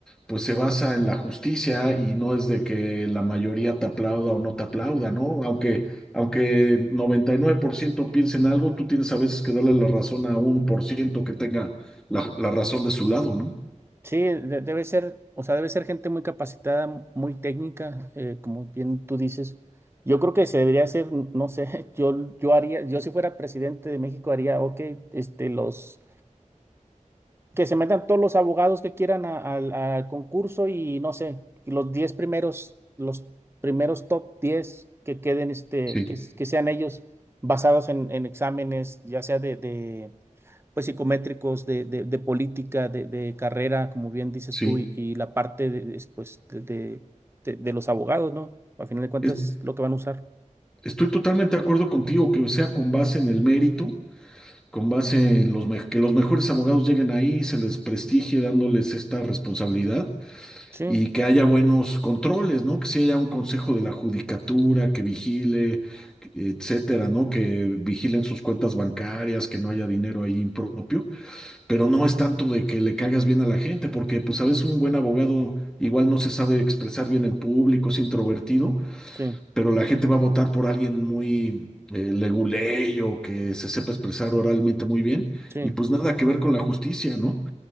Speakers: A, in the centre; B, on the right.
A: pues se basa en la justicia y no es de que la mayoría te aplauda o no te aplauda, ¿no? Aunque, aunque 99% piense en algo, tú tienes a veces que darle la razón a un por ciento que tenga la, la razón de su lado, ¿no?
B: Sí, de- debe ser, o sea, debe ser gente muy capacitada, mu- muy técnica, eh, como bien tú dices. Yo creo que se debería hacer, no sé, <laughs> yo, yo haría, yo si fuera presidente de México haría, ok, este, los que se metan todos los abogados que quieran a- al al concurso y no sé, y los 10 primeros, los primeros top 10 que queden, este,
A: Sí,
B: que, s- que sean ellos basados en, en exámenes, ya sea de, de, pues, psicométricos, de, de, de política, de, de carrera, como bien dices
A: sí.
B: tú, y, y la parte de, de- pues, de, de, de- de los abogados, ¿no? Al final de cuentas,
A: Es-
B: lo que van a usar.
A: estoy totalmente de acuerdo contigo, que sea con base en el mérito, con base en los, me- que los mejores abogados lleguen ahí, se les prestigie dándoles esta responsabilidad
B: Sí,
A: y que haya buenos controles, ¿no? Que sí haya un consejo de la judicatura que vigile, etcétera, ¿no? Que vigilen sus cuentas bancarias, que no haya dinero ahí impropio, pero no es tanto de que le caigas bien a la gente, porque pues a veces un buen abogado igual no se sabe expresar bien en público, es introvertido,
B: sí,
A: pero la gente va a votar por alguien muy eh, leguleyo, que se sepa expresar oralmente muy bien,
B: sí.
A: y pues nada que ver con la justicia, ¿no?